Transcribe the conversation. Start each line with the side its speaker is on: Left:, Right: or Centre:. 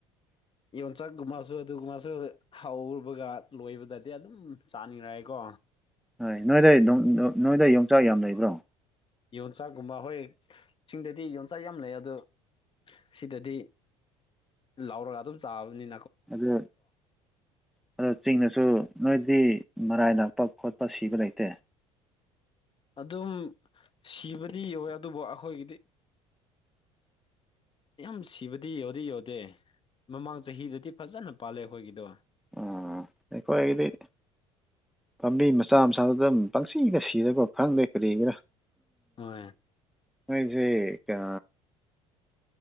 Left: ꯌꯣꯟꯆꯥꯛꯀꯨꯝꯕꯁꯨ ꯑꯗꯨꯒꯨꯝꯕꯁꯨ ꯍꯧꯔꯕꯒ ꯂꯣꯏꯕꯗꯗꯤ ꯑꯗꯨꯝ ꯆꯥꯅꯤꯡꯔꯦꯀꯣ
Centre: ꯍꯣꯏ ꯅꯣꯏꯗ ꯅꯣꯏꯗ ꯌꯣꯡꯆꯥꯛ ꯌꯥꯝ ꯂꯩꯕ꯭ꯔꯣ
Left: ꯌꯣꯟꯆꯥꯛꯒꯨꯝꯕ ꯍꯣꯏ ꯆꯤꯡꯗꯗꯤ ꯌꯣꯟꯆꯥꯛ ꯌꯥꯝ ꯂꯩ ꯑꯗꯣ ꯁꯤꯗꯗꯤ ꯂꯧꯔꯒ ꯑꯗꯨꯝ ꯆꯥꯕꯅꯤ
Centre: ꯑꯗꯨ ꯑꯗꯣ ꯆꯤꯡꯅꯁꯨ
Left: ꯍꯣꯏ
Centre: ꯅꯣꯏꯗꯤ ꯃꯔꯥꯏ ꯂꯥꯛꯄ ꯈꯣꯠꯄ ꯁꯤꯕ ꯂꯩꯇꯦ
Left: ꯑꯗꯨꯝ ꯁꯤꯕꯗꯤ ꯌꯧꯋꯦ ꯑꯗꯨꯕꯨ ꯑꯩꯈꯣꯏꯒꯤꯗꯤ ꯌꯥꯝ ꯁꯤꯕꯗꯤ ꯌꯎꯗꯗꯤ ꯌꯧꯗꯦ ꯃꯃꯥꯡ ꯆꯍꯤꯗꯗꯤ ꯐꯖꯅ ꯄꯥꯜꯂꯦ ꯑꯩꯈꯣꯏꯒꯤꯗꯣ
Centre: ꯑꯥ ꯑꯩꯈꯣꯏꯒꯤꯗꯤ ꯄꯥꯝꯕꯤ ꯃꯆꯥ ꯃꯆꯥꯗꯨ ꯑꯗꯨꯝ ꯄꯪꯁꯤꯒ ꯁꯤꯔꯦꯀꯣ ꯈꯪꯗꯦ ꯀꯔꯤꯒꯤꯔ
Left: ꯍꯣꯏ
Centre: ꯃꯣꯏꯁꯦ ꯀ